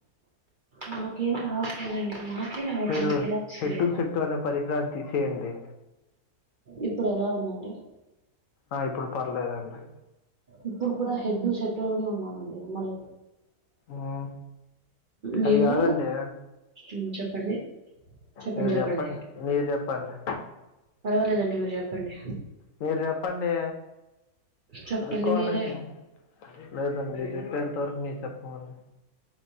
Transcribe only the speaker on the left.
మీరు
హెడ్డు సెట్టు అనే పరికరాన్ని తీసేయండి
ఆ ఇప్పుడు పర్లేదండి.
మ్మ్
అది కాదండి
మీరు
మీరు చెప్పండి
మీరు జేప్పండి
అడుక్కోవాలేంటో
లేదండి మీరు జేప్పేంత వరకు మీమ్ చెప్పమండి.